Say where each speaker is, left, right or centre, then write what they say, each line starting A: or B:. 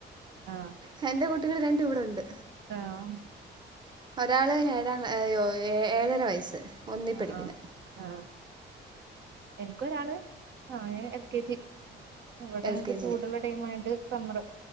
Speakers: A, on the right; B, on the right.
A: ആഹ്.
B: ഹെന്റെ, കുട്ടികൾ രണ്ടും, ഇവിടെണ്ട്.
A: ആഹ്.
B: ഒരാള്, ഏഴാം, അയ്യൊ, ഏ ഏഴര, വയസ്സ്. ഒന്നിൽ
A: ആഹ്,
B: പഠിക്കുന്ന
A: ആഹ്, ആഹ്, എനിക്ക ഒരാള് ആ എൽ കെ ജി ഇവിടെ
B: എൽ
A: ഞങ്ങൾക്ക്
B: കെ
A: ചൂടുള്ള
B: ജി
A: ടൈം ആയോണ്ട് സമ്മർ